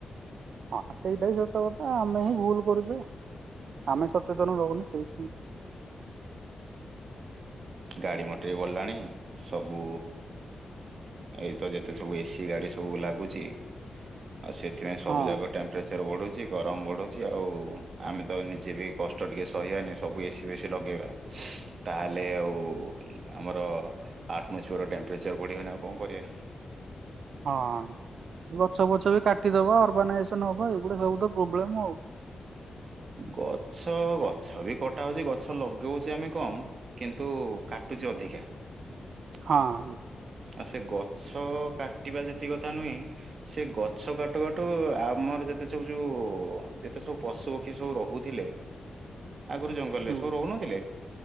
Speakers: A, on the right; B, on the right.
A: ହଁ ସେଇଟା ହିଁ ସତ କଥା ଆମେ ହିଁ ଭୁଲ କରୁଛେ ଆମେ ସଚେତନ ରହୁନୁ ସେଇଥି ପାଇଁ।
B: ଗାଡି ମଟର ବି ବଡ଼ିଲାଣି ସବୁ ଏଇତ ଯେତେ ସବୁ ଏସି ଗାଡି ସବୁ ଲାଗୁଛି। ଆଉ ସେଥିପାଇଁ ସବୁଯାକ
A: ହଁ
B: ଟେମ୍ପରେଚର ବଢୁ ଛି ଗରମ ବଢୁଛି ଆଉ ଆମେ ତ ନିଜେ ବି କଷ୍ଟ ଟିକେ ସହିବାନି ସବୁ ଏସିି ବେଶି ଲଗେଇବା ତାହେଲେ ଆଉ। ଆଉ ଆମର ଆଟମୋସ୍ବିଅର। ଟେମ୍ପଚର ବଢିବ ନା ଆଉ କଣ କରିବା।
A: ହଁ ଗଛ ଫଛ ବି କାଟିଦବା ଅର୍ଗାନାଇଜେସନ ହବ ଏଇଗୁଡା ସବୁ ତ ପ୍ରୋବ୍ଲେମ୍ ଆଉ।
B: ଗଛ ଗଛ ବି କଟା ହଉଛି ଗଛ ଲଗଉଛି ଆମେ କମ କିନ୍ତୁ କାଟୁଚ ଅଧିକା।
A: ହଁ।
B: ଆଉ ସେ ଗଛ କାଟିବା ଯେତିକ କଥା ନୁହେଁ ସେ ଗଛ କାଟୁ କାଟୁ ଆମର ଯେତେ ସବୁ ଯୋଉ। ଯେତେ ସବୁ ପଶୁପକ୍ଷୀ ସବୁ ରହୁଥିଲେ। ଆଗରୁ ଜଙ୍ଗଲରେ
A: ହୁଁ।
B: ସବୁ ରହୁନଥିଲେ,